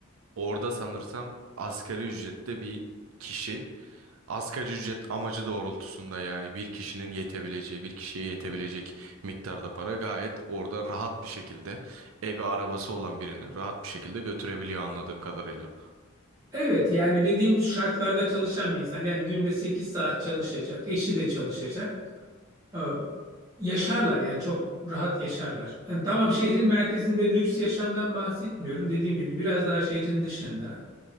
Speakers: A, on the right (about 70°); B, on the right (about 15°).
A: orada sanırsam asgari ücrette bir kişi asgari ücret amacı doğrultusunda yani bir kişinin yetebileceği bir kişiye yetebilecek miktarda para gayet orada rahat bir şekilde evi arabası olan birini rahat bir şekilde götürebiliyor anladığım kadarıyla.
B: Evet yani dediğim şartlarda çalışan bir insan yani günde 8 saat çalışacak, eşi de çalışacak. Tamam. yaşarlar yani çok rahat yaşarlar. Yani tamam şehrin merkezinde lüks yaşamdan bahsetmiyorum. Dediğim gibi biraz daha şehrin dışında.